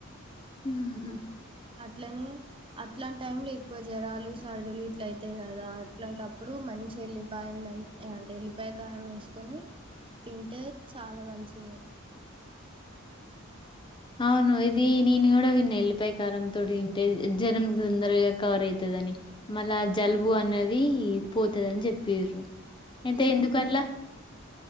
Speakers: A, on the left; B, on the right.
A: ఆహ
B: అట్లని అట్లాంటి టైం లో ఎక్కువ జ్వరాలు సరదులు ఇట్ల అయితయి కదా అట్లాంటప్పుడు మంచి ఎలి పాయం దంచ్ అంటే ఎలి పాయకారం ఏసుకొని తింటే చాలా మంచిది
A: అవును ఇది నేను కూడ విన్న ఎల్ పాయికారంతోటి తింటే జ్వరం తొందరగా కవర్ అయితదని మళ్ళా జలుబు అన్నది పోతదని చెప్పిర్రు ఎంత
B: ఉమ్
A: ఎందుకట్లా